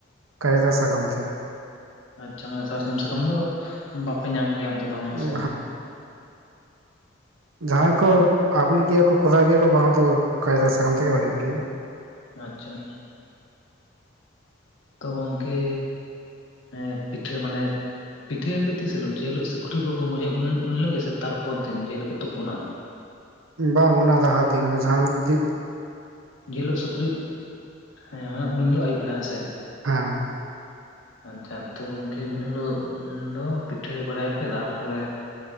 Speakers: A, on the right; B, on the left.
A: ᱠᱟᱭᱨᱟ ᱥᱟᱠᱟᱢ ᱛᱮ᱾
B: ᱟᱪᱪᱷᱟ ᱢᱟᱱᱮ ᱥᱟᱨᱡᱚᱢ ᱥᱟᱠᱟᱢ ᱫᱚ ᱵᱟᱯᱮ ᱧᱟᱢ ᱜᱮᱭᱟ ᱚᱱᱛᱮ ᱫᱚ ᱦᱮᱸ
A: ᱦᱚᱸ
B: ᱥᱮ
A: ᱡᱟᱸᱦᱟᱭ ᱠᱚ ᱟᱹᱜᱩᱭ ᱜᱮᱭᱟ ᱠᱚ ᱠᱚᱨᱟᱣ ᱜᱮᱭᱟ ᱠᱚ ᱵᱟᱦᱟᱱ ᱫᱚ ᱠᱟᱭᱨᱟ ᱥᱟᱠᱟᱢ ᱛᱮᱜᱮ ᱦᱩᱭᱩᱜ ᱜᱮᱭᱟ᱾
B: ᱟᱪᱪᱷᱟ ᱛᱚ ᱜᱚᱢᱠᱮ ᱮᱸ ᱯᱤᱴᱷᱟᱹ ᱢᱟᱱᱮᱫ ᱯᱤᱴᱷᱟᱹᱭᱟᱯᱮ ᱛᱤᱥ ᱦᱤᱞᱳᱜ ᱡᱮᱦᱤᱞᱳᱜ ᱥᱩᱠᱨᱤ ᱠᱚᱠᱚᱝ ᱜᱚᱡᱮᱭᱟ ᱩᱱ-ᱩᱱ ᱦᱤᱞᱳᱜ ᱜᱮ ᱥᱮ ᱛᱟᱨ ᱯᱚᱨ ᱫᱤᱱ ᱡᱮᱦᱤᱞᱳᱜ ᱠᱚ ᱛᱩᱯᱩᱱᱟ
A: ᱵᱟᱝ ᱚᱱᱟ ᱞᱟᱦᱟ ᱫᱤᱱ ᱠᱚ ᱡᱟᱦᱟᱸᱭ ᱫᱤ
B: ᱡᱮ ᱦᱤᱞᱳᱜ ᱥᱩᱠᱨᱤ ᱦᱮᱸ ᱢᱟᱱᱮ ᱩᱱ ᱦᱤᱞᱚᱜ ᱟᱹᱭᱩᱵ ᱵᱮᱲᱟ ᱦᱮᱸᱥᱮ
A: ᱦᱮᱸ
B: ᱟᱪᱪᱷᱟ ᱛᱚ ᱜᱚᱝᱠᱮ ᱩᱱ ᱦᱤᱞᱳᱜ ᱫᱚ ᱯᱤᱴᱷᱟᱹ ᱵᱟᱲᱟᱭᱟ ᱯᱮ ᱛᱟᱨᱯᱚᱨᱮ